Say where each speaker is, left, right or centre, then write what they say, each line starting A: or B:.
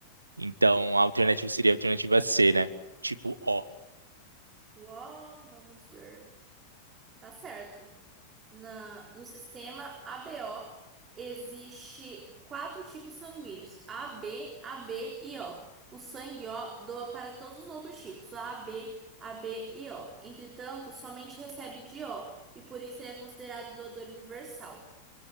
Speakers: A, on the right; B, on the right.
A: Então a alternativa seria a alternativa C, né? Tipo O.
B: O, O, vamos ver. Tá certo. Na, no sistema ABO existe quatro tipos sanguíneos: AB, AB e O. O sangue O doa para todos os outros tipos, AB, AB e O. Entretanto, somente recebe de O e por isso ele é considerado doador universal.